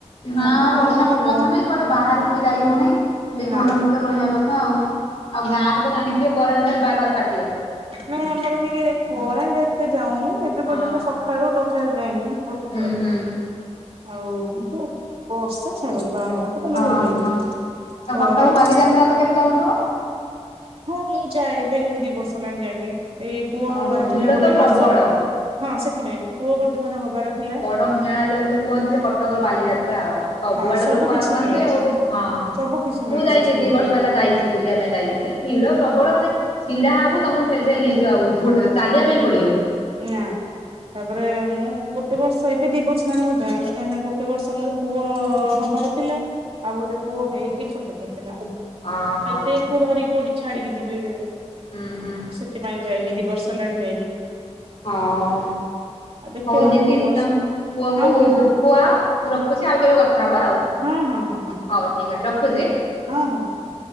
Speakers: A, on the left; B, on the right.
A: ନା
B: ଆମ ଆଡେ
A: ବର୍ଷା
B: ତ ଜମା
A: ଟୋଟାଳି
B: ବନ୍ଦ
A: ଛାଡ଼ୁନାହିଁ କୁଆଡେ ବାହାରକୁ ବି ଯାଇ ହଉନାହିଁ ସେ
B: ନା
A: ଘର ଭି ରହିବା କଥା ଆଉ ଆଉ ଗାଁରେ ତ ଜାଣିଥିବେ କରେଣ୍ଟ ଖାଲି ବାର ବାର କାଟିବ।
B: ନାଇଁ ଆମର ଟିକେ କୋରେଣ୍ଟ ଏତେ ଯାଉନି। ଏ
A: ହଁ
B: ପର୍ଯ୍ୟନ୍ତ ସକାଳୁ ଟୋଟାଲି ଯାଇନି ଗୋଟେ
A: ହୁଁ
B: ଥର ବି।
A: ହୁଁ।
B: ଆଉ କିନ୍ତୁ ବର୍ଷା ଛାଡୁନି ବାହାରକୁ ଟୋଟାଳି
A: ଓହୋ
B: ଯାଇପାରିବନି କରେଣ୍ଟ
A: ଆଉ କଟକ ବାଲିଯାତ୍ରା ତ କେବେ ଯାଉଥିବ?
B: ହଁ ମୁଁ ଯାଏ ଏବେ କିନ୍ତୁ ଦି ବର୍ଷ ହେଲାଣି ଯାଏନି ଏଇ ପୁଅ
A: ହଁ
B: ହବାର
A: ଭିଡ
B: ଥିଲା ଗୋଟେ
A: ତ ପ୍ରବଳ
B: ବର୍ଷ। ହଁ ସେଥିପାଇଁ ପୁଅ ଗୋଟେ ଥର ହବାର ଥିଲା
A: ବଡ ମେଳା ଯୋଉ ଗୋଟେ କୁହନ୍ତି ସେ କଟକର ବାଲିଯାତ୍ରା ଆଉ। ସବୁଆଡୁ
B: ହଁ ସବୁ
A: ଲୋକ
B: କିଛି
A: ଆସନ୍ତି
B: ମିଳେ
A: ଆଉ ହଁ।
B: ସବୁ କିଛି ମିଳେ
A: ମୁଁ ଯାଇଛି
B: ସେ ସମମାନ
A: ଦି ବର୍ଷ
B: <unintelligible>
A: ହେଲା ଯାଇଛି ବୁଲିବା ପାଇଁ ଯାଇଥିଲି ଭିଡ ପ୍ରବଳ ମାନେ ଛିଡା ହବ ତମକୁ ଠେଲି ଠେଲି ନେଇଯିବ ଆଉ ଗୋଟେ। ଚାଲିବା
B: ହୁଁ
A: ପାଇଁ ପଡିବନି
B: ନା। ତାପରେ ମୁଁ ଗୋଟେ ବର୍ଷ ଏବେ ଦି ବର୍ଷ ମାନେ ମୁଁ ଯାଏନି କାହିଁକି ନା ଗୋଟେ ବର୍ଷ ମୁଁ। ପୁଅ ହବାର ଥିଲା ଆଉ ଗୋଟେ ପୁଅ ହେଇକି ଛୋଟ ହେଇଥିଲା।
A: ଅହ
B: ଏତେ କୁ ଧରିକି କୋଉଠି ଛାଡିକି ଯିବି।
A: ହୁଁ ହୁଁ।
B: ସେଥିପାଇ ଯାଇନି ଦି ବର୍ଷ ହେଲାଣି ଯାଇନି।
A: ଅ ହଁ।
B: ଆଉ ଦେଖିବା
A: ହଉ ଦିଦି
B: ଏ ବର୍ଷ
A: ତମ ପୁଅକୁ
B: ହଁ ହଁ ହଁ
A: ଖୁଆ ମୁଁ ରଖୁଛି ଆଉ କେବେ କଥା ହବା ଆଉ।
B: ହଁ ହଁ ହଁ ହଁ
A: ହଉ ଠିକ୍
B: ବାଏ
A: ଅଛି ରଖୁଛି
B: ହଁ ହଁ।